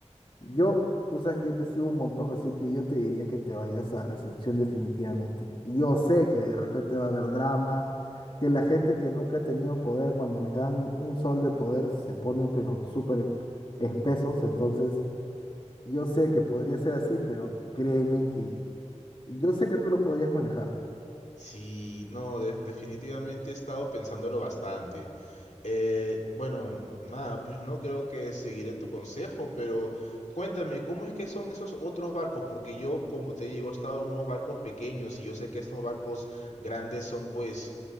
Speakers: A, on the left (about 45°); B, on the left (about 80°).
A: Yo, tú sabes que yo te sigo un montón, así que yo te diría que te vayas a recepción definitivamente. Y Yo sé que de repente va a haber drama, que la gente que nunca ha tenido poder, cuando les dan un sol de poder, se ponen pero súper espesos, entonces... Yo sé que podría ser así, pero créeme que yo sé que tú lo podrías manejar.
B: Sí, no, de- definitivamente he estado pensándolo bastante. Eh, bueno, nada, pues no creo que seguiré tu consejo, pero cuéntame, ¿cómo es que son esos otros barcos? Porque yo, como te digo, he estado en unos barcos pequeños y yo sé que estos barcos grandes son pues